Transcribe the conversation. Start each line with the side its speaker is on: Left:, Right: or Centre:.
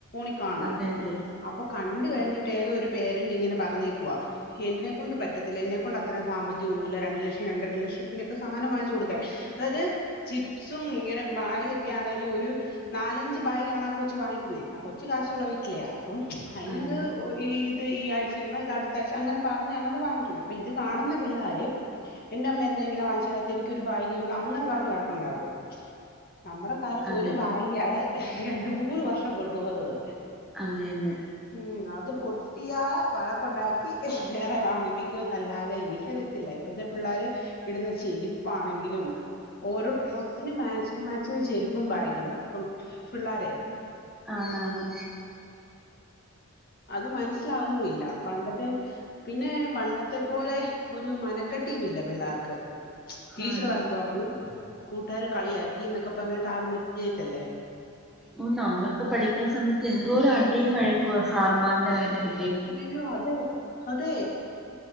Left: ണ കാണും
Centre: അതെ അതെ
Left: അപ്പൊ കണ്ട കഴിഞ്ഞിട്ട് ഏതോ ഒരു പേരന്റ് ഇങ്ങനെ പറഞ്ഞേക്കുവ എന്നെക്കൊണ്ട് പറ്റത്തില്ല എന്നെക്കൊണ്ട് അത്രം സാമ്പത്തികംൊന്നുമ ഇല്ല രണ്ടു ലക്ഷം രണ്ട രര ലക്ഷത്തിന്റെറെൊക്കെ സാധന വാങ്ങച്ച് കൊടുക്കേ അതായത് ചിപ്സും ഇങ്ങനെ വായ ഒക്കെ ആണെങ്കലും ഒരു നാലഞ്ചു ബഗാണ് ആ കൊച്ചു വാങ്ങിക്കുന്നത് ആ കൊച്ചു കാശുള്ള വീട്ടിലെയ അപ്പം അയിനത്
Centre: അതെ
Left: ഓഹ് ഇത് ഈ ആഴ്ച എന്നൽ ഇത് അടുത്ത ആഴ്ച അങ്ങനെ പറഞ്ഞാണ്ത് വാങ്ങിക്കുന്നത് അപ്പൊ ഇത് കാണുന്ന പിള്ളാര് എന്റെ അമ്മ എന്തെങ്ങനെ വാങ്ങിച്ചുരാത്ത എനിക്കൊരു ഭാഗ്യേ ഉള്ളു അങ്ങനെ പറഞ്ഞ് വഴക് ണ്ടാകും നമ്മുടെ കാലത്ത്
Centre: അതെ
Left: ഒരു ഭാഗ്യാണ് രണ്ട് മൂന്ന് വർഷം കൊണ്ടു പോകുന്നത്
Centre: അങ്ങേ ന്നെ
Left: ഉം അ അത് പൊട്ടിയാ വഴക്കുണ്ടാക്കി വേറെ വാങ്ങിപ്പിക്കുമെന്നല്ലാതെ എനിക്കറിയത്തില്ല ഇപ്പോഴ്ത്തെ പിള്ളേർ ഇടുന്ന ചെരിപ്പാണെങ്കിലും ഓരോ ഡ്രസ്സിന് മാച്ചിങ്ങ് മാച്ചിങ് ചെരുപ്പും ബാഗി ഇപ്പം പിള്ളാരേ
Centre: ആണ് ആണ്
Left: അത് മനസ്സിലാവുന്നു ല്ല പണ്ടത്തെ പിന്നെ പണ്ടത്തെ പോലെ ഒരു മനക്കെട്ടിയും ഇല്ല പിള്ളേർക്ക് ടീച്ചർ
Centre: ആണ്
Left: വഴക്ക് പറഞ്ഞു കൂട്ടുകാര് കളിയാക്കി എന്നൊക്കെ പറഞ്ഞിട്ട് ആത്മഹത്യ ചെയ്തല്ലേ
Centre: ഓ നമ്മളൊക്കെ പഠിക്കുന്ന സമയത്ത് എന്തോ ഒരു അടിയും വഴക്കുവാ സാർമാറിന്റെ കയ്യിൽ നിന്ന്
Left: യ്യോ അതെ അതെ